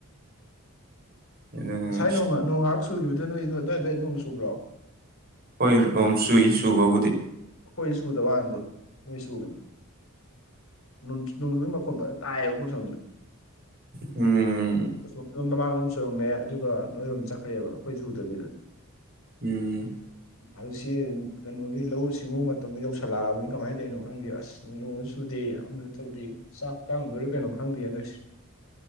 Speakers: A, on the right; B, on the left.
A: ꯑꯗꯨꯅꯤ
B: ꯉꯁꯥꯏ ꯅꯣꯡ ꯅꯣꯡ ꯉꯍꯥꯛ ꯆꯨꯈꯤ ꯑꯗꯨ ꯅꯣꯏ ꯑꯗꯨꯋꯥꯏꯗ ꯅꯣꯡ ꯁꯨꯕ꯭ꯔꯣ
A: ꯑꯩꯈꯣꯏ ꯔꯣꯝ ꯆꯨꯏ ꯆꯨꯕꯕꯨꯗꯤ
B: ꯑꯩꯈꯣꯏ ꯆꯨꯗꯕ ꯋꯥꯥꯅꯦ ꯅꯣꯏ ꯆꯨꯕꯗꯣ ꯅꯣꯡ ꯅꯣꯡꯗꯤ ꯃꯈꯣꯟ ꯐꯖꯅ ꯇꯥꯏꯌꯦ ꯑꯩꯈꯣꯏ ꯁꯣꯝꯗ
A: ꯎꯝ
B: ꯑꯁꯣꯝꯒꯤ ꯃꯥꯃꯥꯡꯂꯣꯝ ꯆꯨꯔꯝꯂꯦ ꯑꯗꯨꯒ ꯅꯣꯏꯔꯣꯝ ꯆꯠꯈ꯭ꯔꯦꯕ ꯑꯩꯈꯣꯏ ꯆꯨꯗꯕꯤꯗ
A: ꯎꯝ
B: ꯍꯧꯖꯤꯛꯁꯤ ꯀꯩꯅꯣꯒꯤ ꯂꯧꯎꯁꯤ ꯃꯇꯝꯗꯤ ꯌꯧꯁꯜꯂꯛꯑꯕꯅꯤ ꯀꯃꯥꯏꯅ ꯇꯧꯔꯤꯅꯣ ꯈꯪꯗꯦ ꯑꯁ ꯅꯣꯡꯁꯨ ꯆꯨꯗꯦ ꯑꯃꯁꯨ ꯇꯧꯗꯦ ꯆꯥꯛ ꯇꯥꯡꯗꯣꯏꯔꯥ ꯀꯩꯅꯣ ꯈꯪꯗꯦ ꯍꯟꯗꯛꯁꯦ